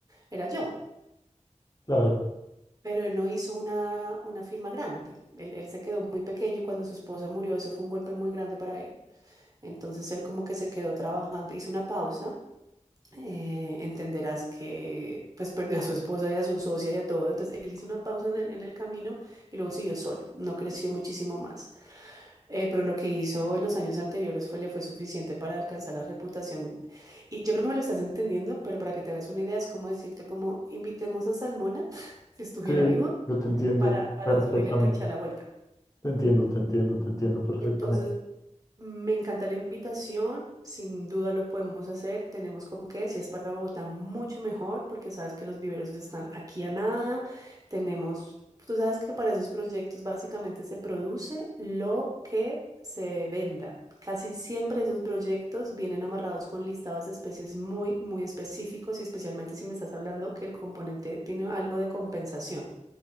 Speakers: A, on the right (about 30°); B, on the left (about 25°).
A: era yo.
B: claro.
A: Pero él no hizo una, una firma grande. Él, él se quedó muy pequeño y cuando su esposa murió, eso fue un golpe muy grande para él. Entonces él como que se quedó trabajando, hizo una pausa eh, entenderás que pues perdió a su esposa y a su socia y a todo. Entonces él hizo una pausa en el, en el camino y luego siguió solo, no creció muchísimo más. Eh, pero lo que hizo en los años anteriores fue, le fue suficiente para alcanzar la reputación. Y yo creo que me lo estás entendiendo, pero para que te hagas una idea es como decirte como invitemos a Salmona, <laughs> si estuviera
B: Sí,
A: vivo,
B: yo te entiendo
A: para, para
B: perfectamente.
A: subirle el caché a la vuelta.
B: Te entiendo, te entiendo, te entiendo perfectamente.
A: Entonces Me encanta la invitación, sin duda lo podemos hacer, tenemos con qué, si es para Bogotá, mucho mejor, porque sabes que los viveros están aquí a nada, tenemos, tú sabes que para esos proyectos básicamente se produce lo que se venda. Casi siempre esos proyectos vienen amarrados con listados de especies muy, muy específicos y especialmente si me estás hablando que el componente tiene algo de compensación.